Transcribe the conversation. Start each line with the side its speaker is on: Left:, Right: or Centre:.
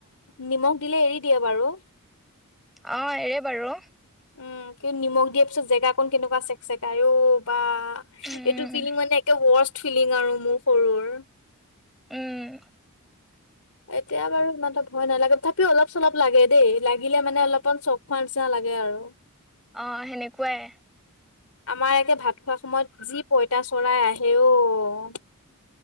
Left: নিমখ দিলে এৰি দিয়ে বাৰু।
Centre: অ, এৰে বাৰু।
Left: উম, কিন্তু নিমখ দিয়াৰ পিছত জেগা কন, কেনেকুৱা চেক, চেকাই অ, বা
Centre: উম
Left: এইটো ফিলিং মানে একে ৱৰ্ষ্ট ফিলিং আৰু মোৰ সৰুৰ।
Centre: উম।
Left: এতিয়া বাৰু ইমানটা ভয় নালাগে তথাপিও অলপ, চলপ লাগে দেই লাগিলে মানে অলপমান চক ফালচা লাগে আৰু।
Centre: অ, হেনেকুৱাই।
Left: আমাৰ একে ভাত খোৱা সময়ত যি পইতা চৰাই আহে অ'।